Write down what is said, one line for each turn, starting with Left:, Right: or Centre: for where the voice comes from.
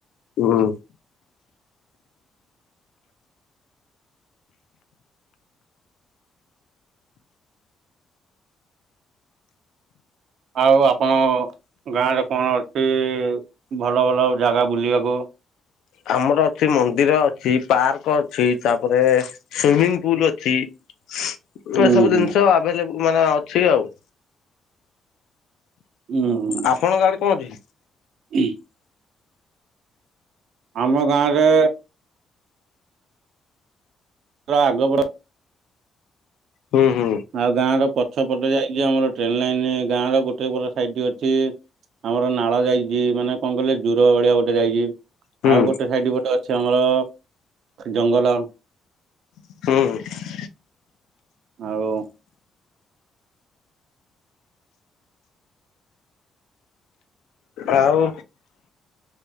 Left: ହୁଁ।
Right: ଆଉ ଆପଣ ଗାଁରେ କଣ ଅଛି ଭଲ ଭଲ ଜାଗା ବୁଲିବାକୁ?
Left: ଆମର ଅଛି ମନ୍ଦିର ଅଛି, ପାର୍କ ଅଛି ତାପରେ ସୁଇମିଂ ପୁଲ ଅଛି ଏ
Right: ଉୁଁ
Left: ସବୁ
Right: ହୁଁ
Left: ଜିନିଷ ଆଭେଲେବୁଲ ମାନେ ଅଛି ଆଉ।
Right: ଉୁଁ ହୁଁ।
Left: ଆପଣଙ୍କ ଆଡେ କଣ ଅଛି?
Right: <inaudible> ଆମ ଗାଁରେ ଆଗ <unintelligible>
Left: ହୁଁ ହଁ।
Right: ଆଉ ଗାଁ ର ପଛ ପଟେ ଯାଇକି ଆମର ଟ୍ରେନ ଲାଇନ ଗାଁ ର ଗୋଟେ ପଟ ସାଇଡଟି ଅଛି। ଆମର ନାଳ ଯାଇଛି ମାନେ କଣ କହିଲେ ଜୁର ଭଳିଆ ଗୋଟେ ଯାଇଛି।
Left: ହୁଁ
Right: ଆଉ ଗୋଟେ ସାଇଡ ପଟେ ଅଛି ଆମର ଜଙ୍ଗଲ।
Left: ହୁଁ।
Right: ଆଉ
Left: ଆଉ